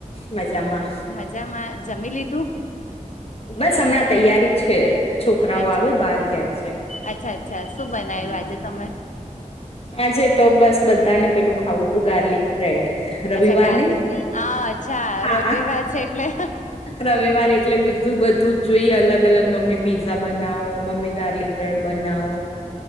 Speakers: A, on the left (about 45°); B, on the left (about 65°).
A: મજામાં.
B: મજામાં જમી લીધું?
A: બસ હમણાં તૈયારી છે છોકરાઓ
B: અચ્છા
A: આવે બહાર ગયા છે.
B: અચ્છા અચ્છા બનાવ્યું
A: હમ
B: આજે તમે?
A: આજે તો બસ બધાને પેલું ખાવું, તું ગાર્લિક. રવિવાર
B: અચ્છા ગાર્લિક બ્રેડ હા અચ્છા
A: હા,
B: રવિવાર છે એટલે
A: રવિવારે એટલે બીધું બધું જ જોઈએ અલગ અલગ મમ્મી પીઝા બનાવો મમ્મી ગાર્લિક બ્રેડ બનાવો.